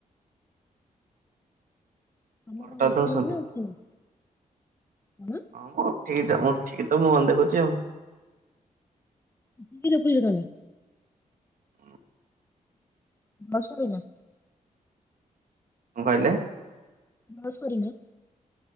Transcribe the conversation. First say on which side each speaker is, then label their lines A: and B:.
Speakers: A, on the left (about 15°); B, on the right (about 75°).
A: ତମେ
B: ଅଟା
A: କଣ ଉଠିଲ
B: ଦଉଛନ୍ତି
A: ନା ଉଠିନ? କଣ?
B: ହଁ ମୁଁ ଉଠିକି ତ-ମୁଁ ଉଠିକ ତ ମୁହଁ ଦେଖୁଚି ଆଉ।
A: <unintelligible> ରଖୁଚ ତାହାଲେ।
B: କଣ
A: ବ୍ରଶ୍ କରିନ?
B: କଣ୍ କହିଲେ?
A: ବ୍ରଶ୍ କରିନ?